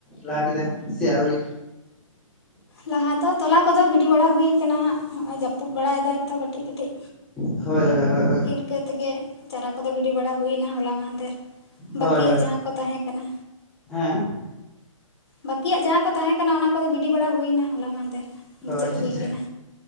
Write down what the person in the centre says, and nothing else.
ᱞᱟᱦᱟ ᱠᱮᱫᱟ ᱥᱮ ᱟᱹᱣᱨᱤ
ᱦᱚᱭ ᱦᱚᱭ ᱦᱚᱭ
ᱦᱳᱭ ᱦᱳᱭ ᱦᱳᱭ
ᱦᱮᱸ
ᱚ ᱟᱪᱪᱷᱟ
ᱟᱪᱪᱷᱟ,